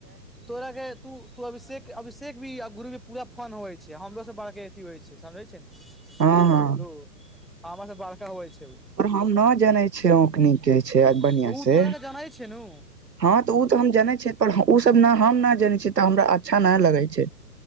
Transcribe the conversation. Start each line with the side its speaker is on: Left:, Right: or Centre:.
Centre: तोराके तू त अभिषेक अभिषेक भी गुरुी पूरा फन होइ छैय हमरो स बड़ अथी होइ छैय समझे छैय नू।
Right: हँ हँ
Centre: धू धू <unintelligible> बड़का होय छैय।
Right: पर हम न जानै छियै औकनी कहै छैय
Centre: उ
Right: बढ़ीआं से।
Centre: तोरा के जानै छै नु
Right: हँ तऽ ओ तऽ हम जानै छियै पर ओ सब ने हम नहि जानै छियै तऽ हमरा अच्छा नहि लगै छैय।